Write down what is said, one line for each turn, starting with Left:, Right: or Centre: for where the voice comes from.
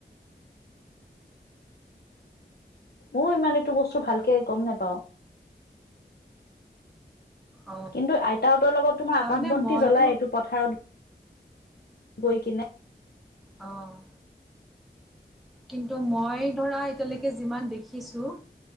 Left: মওঁ ইমান এইটো বস্তু ভালকে গ'ম নোপাওঁ।
Centre: অ
Left: কিন্তু আইতাহঁতৰ লগত তোমাৰ
Centre: তাৰমানে
Left: আকাশ বন্তি
Centre: মইতো
Left: জ্বলাওঁ, এইটো পথাৰত গৈকিনে।
Centre: অ'। কিন্তু মই ধৰা এতিয়ালৈকে যিমান দেখিছোঁ